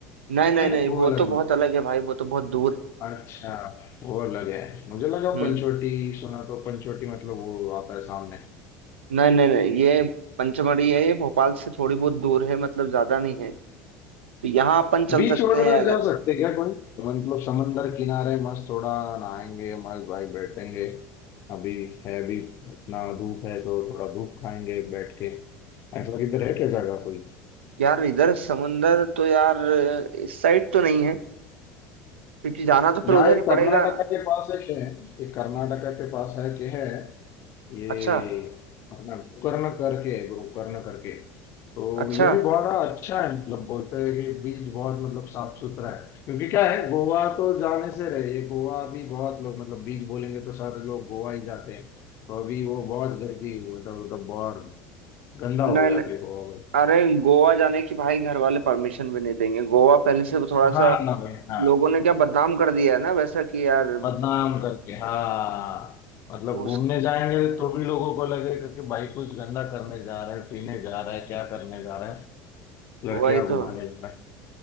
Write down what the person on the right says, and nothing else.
नहीं नहीं
नहीं
वो
तो बहुत
अलग है भाई वो तो बहुत दूर है
हम्म
नहीं नहीं नहीं ये पंचमढ़ी है ये भोपाल से थोड़ी बहुत दूर है मतलब ज्यादा नहीं है तो यहाँ अपन चल
सकते
हैं अगर
यार इधर समुंदर तो यार इस साइड तो नहीं है क्योंकि जाना तो फिर
उधर
ही
पड़ेगा
अच्छा
अच्छा
नहीं
नहीं,
अरे गोवा जाने की भाई घर वाले परमिशन भी नहीं देंगे गोवा पहले से थोड़ा
सा
लोगों ने क्या बदनाम कर दिया है ना वैसा कि यार
उस
वही तो